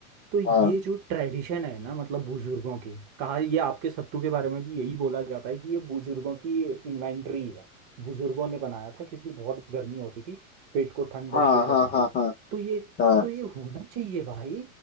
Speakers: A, on the right; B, on the left.
A: तो ये
B: हाँ
A: जो ट्रेडिशन है ना मतलब बुजुर्गों के कहा ये आपके सत्तू के बारे में भी यही बोला जाता है कि ये बुजुर्गों की इन्वेंटरी है बुजुर्गों ने बनाया था क्योंकि बहुत गर्मी होती थी पेट को ठंडक
B: हाँ
A: ये
B: हाँ
A: करने
B: हाँ
A: की
B: हाँ
A: तो ये
B: हाँ
A: तो ये होना चाहिए भाई